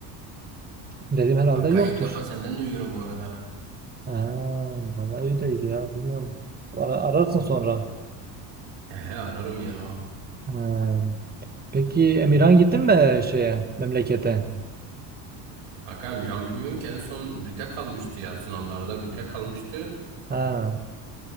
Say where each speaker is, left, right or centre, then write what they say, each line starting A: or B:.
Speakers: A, on the right; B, on the right.
A: Dedim herhalde
B: Kanka
A: yoktur.
B: ilk defa senden duyuyorum bu arada.
A: Ha, vallahi öyleydi ya bilmiyorum. Ara- ararsın sonra.
B: He he ararım ya.
A: Ha. Peki Emirhan gittin mi şeye memlekete?
B: Kanka Miran bilmiyorum ki en son büte kalmıştı ya. Sınavlarda büte kalmıştı.
A: Ha.